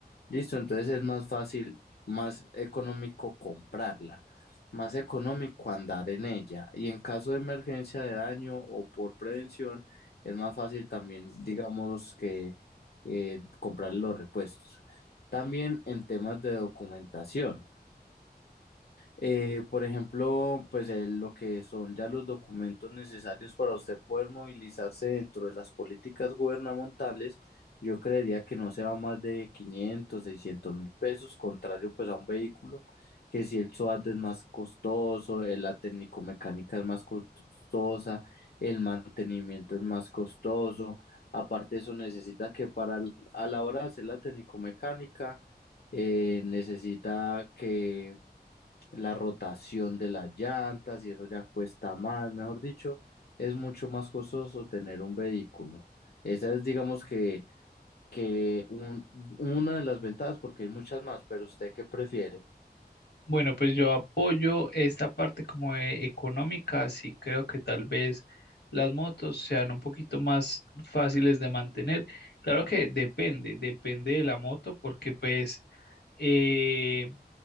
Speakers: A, on the left; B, on the left.
A: Listo, entonces es más fácil, más económico comprarla, más económico andar en ella. Y en caso de emergencia de daño o por prevención, es más fácil también, digamos, que eh, comprar los repuestos. También en temas de documentación. Eh, por ejemplo, pues eh, lo que son ya los documentos necesarios para usted poder movilizarse dentro de las políticas gubernamentales, yo creería que no se va más de quinientos seiscientos mil pesos, contrario pues a un vehículo que si el SOAT es más costoso, eh, la técnico-mecánica es más costosa, el mantenimiento es más costoso, aparte de eso necesita que para a la hora de hacer la técnico-mecánica eh, necesita que la rotación de las llantas y eso ya cuesta más, mejor dicho, es mucho más costoso tener un vehículo. Esa es, digamos que, que un- una de las ventajas, porque hay muchas más, pero ¿usted qué prefiere?
B: Bueno, pues yo apoyo esta parte como de económica, así creo que tal vez las motos sean un poquito más fáciles de mantener. Claro que depende, depende de la moto, porque pues eh,